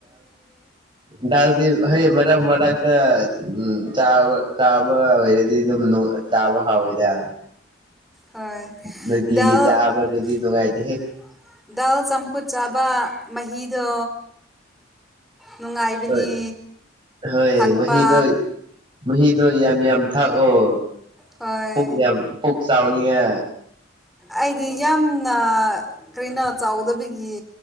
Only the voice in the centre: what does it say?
ꯍꯣꯏ
ꯗꯗꯥ
ꯜ ꯆꯝꯄꯨ ꯆꯥꯕ ꯃꯍꯍꯍꯤꯗ ꯅꯨꯡꯉꯥꯏꯕꯅꯤ
ꯊꯥꯛꯄ
ꯍꯣꯏ
ꯑꯩꯗꯤ ꯌꯥꯝꯅ ꯀꯅꯣ ꯆꯥꯎꯗꯕꯒꯤ